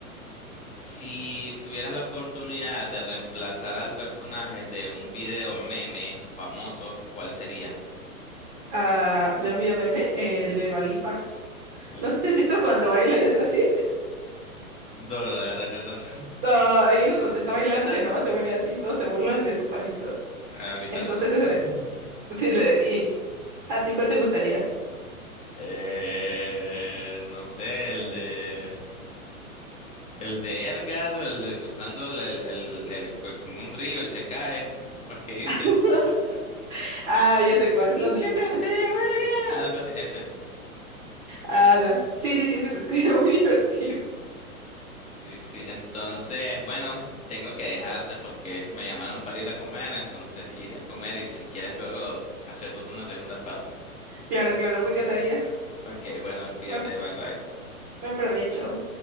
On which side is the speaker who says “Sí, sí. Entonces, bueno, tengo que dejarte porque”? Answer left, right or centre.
Left